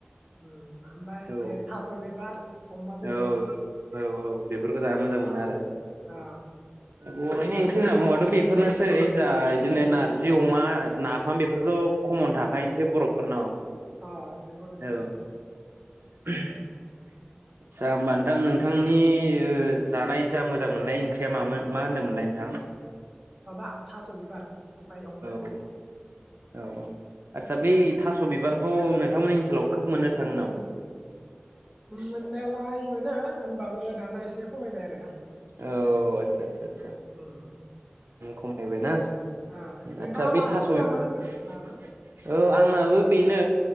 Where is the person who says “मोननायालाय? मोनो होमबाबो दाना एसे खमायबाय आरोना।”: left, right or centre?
Right